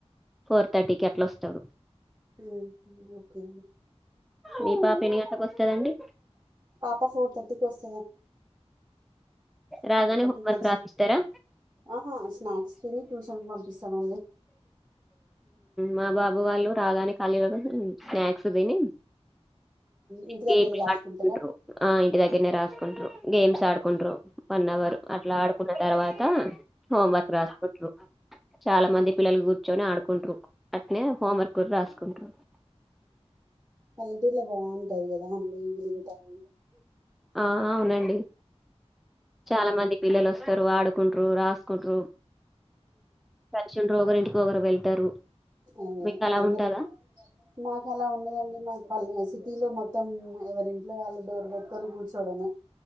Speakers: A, in the centre; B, on the right.
A: ఫోర్ థర్టీకి అట్లా ఓస్తాడు
B: ఉహు ఓకే
A: మీ పాప ఎన్ని గంటలకొస్తదండి?
B: పాప ఫోర్ థర్టీకి ఓస్ ఫోర్
A: రాగానే
B: థర్టీకి
A: హోంవర్క్
B: వచ్చి
A: రాపిస్తారా?
B: ఆహా స్నాక్స్ తిని ట్యూషన్ పంపిస్తామండి
A: మా బాబు వాళ్ళు రాగానే కాళ్లు చే కడిగి స్నాక్స్ తిని
B: ఇంటి దగ్గరే
A: గేమ్ లు
B: రాసుకుంటారా
A: ఆడుకుంటారు ఆ ఇంటి దగ్గరనే రా రాసుకుంటారు గేమ్స్ ఆడుకుంటా వన్ అవర్ అట్లా ఆడుకున్న తర్వాత హోంవర్క్ రాసుకుంట్రారు చాలా మంది పిల్లలు కూర్చొని ఆడుకుంటారు అట్నే హోంవర్క్ కూడా రాసుకుంట్రారు
B: పల్లెటూర్లో బాగుంటద్ కదా అండి ఈవెనింగ్ టైమ్
A: ఆ అవున్డి చాలా మంది పిల్లలు ఒస్తారు ఆడుకుంటారు రాసుకుంటురూ కలిసి ఉంటారు ఒగారింటికి ఒగర్ వెళ్తారు
B: అదే
A: మీక్ అలా
B: అందరు
A: ఉంటుందా
B: మాకు అలా ఉండదండి మాకు పల్ సిటీలో మొత్తం ఎవరి ఇన్ వాళ్ళు డోర్ పెట్టుకొని కూర్చోవడమే